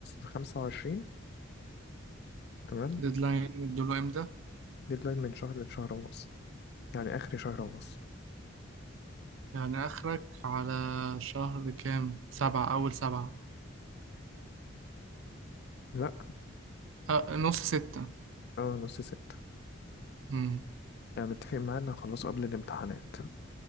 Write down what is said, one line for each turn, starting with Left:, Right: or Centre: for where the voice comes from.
Left: 25 تمام
Right: ديدلاين مديله امتى
Left: والديدلاين من شهر لشهر ونص يعني اخر شهر ونص
Right: يعني آخرك على شهر كام سبعة أول سبعة
Left: لا
Right: أه نص ستة
Left: اه نص ست
Right: مم.
Left: يعني متفق معاه ان هخلصه قبل الامتحانات